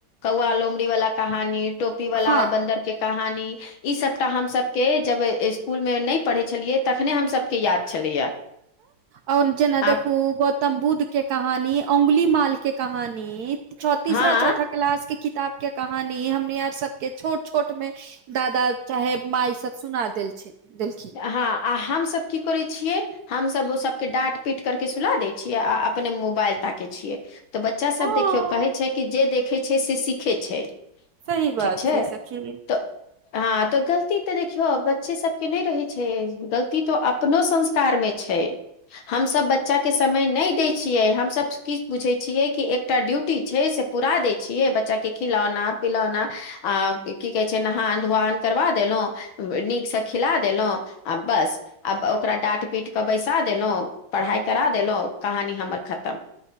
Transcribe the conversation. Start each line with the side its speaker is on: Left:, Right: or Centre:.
Left: कौआ लोमड़ी वाला कहानी टोपी वाला
Right: हँ
Left: आर बन्दर के कहानी। इ सबटा हम सबके जब इस्कुल मे नहि पढ़ छलियै तखने हमसब के याद छलैया।
Right: आओर जेना
Left: आप
Right: देखू गौतम बुद्ध के कहानी, औंगुली माल के कहानी। तीसरा
Left: हँ
Right: चौथा क्लास के किताब के कहानी हमनी आर सबके छोट छोट मे दादा चाहे माई सब सुना देलछी देलखिन।
Left: आ हँ आ हमसब की करै छियै। हमसभ ओ सभके डाँट पीट करके सुलाह दै छियै आ अपने मोबाइल ताके छियै। तऽ बच्चा सभ
Right: हँ
Left: देखियौ कहै छै कि जे देखै छै से सीखे छै।
Right: सही
Left: ठीक
Right: बात
Left: छै,
Right: सखी
Left: तऽ हँ तऽ गलती ते देखियौ बच्चे सबके नहि रहे छै। छै, गलती तो अपनो संस्कार मे छै, हमस बच्चा के समय नहि दै छियै, हम सब किछु बुझे छियै कि एकटा ड्यूटी छै से पूरा देय छियै, बच्चा के खिलौना पिलौना, आ की कहे छै, नहान- धोवान करबा देलहुँ। नीकसँ खिला देलहुँ, आ बस। आब ओकरा डाट- पीट कऽ बैसा देलहुँ, पढ़ाई करा देलहुँ, कहानी हमर खतम।